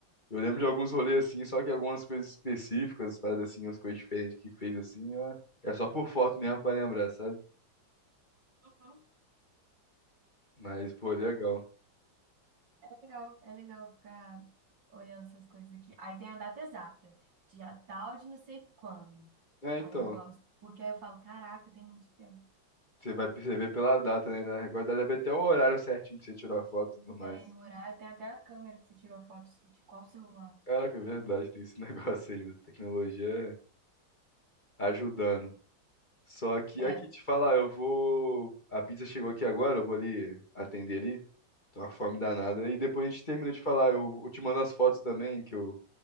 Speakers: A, on the left (about 25°); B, on the right (about 70°).
A: Eu lembro de alguns rolês, assim, só que algumas coisas específicas, paradas assim, umas coisas diferentes que fez, assim, ó, é só por foto mesmo pra lembrar, sabe?
B: Uhum.
A: Mas, pô, legal.
B: legal, é legal ficar olhando essas coisas aqui. Aí tem a data exata, dia tal de não sei quando.
A: É,
B: Aí
A: então,
B: eu gosto, porque aí eu falo, caraca, tem muito tempo.
A: você vai perceber pela data, né? Agora deve até o horário certinho que você tirou a foto e tudo mais.
B: Tem o horário, tem até a câmera que você tirou a foto de qual celular.
A: Caraca, é verdade, tem esse <laughs> negócio ainda. Tecnologia ajudando. Só que
B: É,
A: aqui te falar, eu vou. A pizza chegou aqui agora, eu vou ali atender ali. Tô uma fome danada. E depois a gente termina de falar. Eu, eu te mando as fotos também que eu,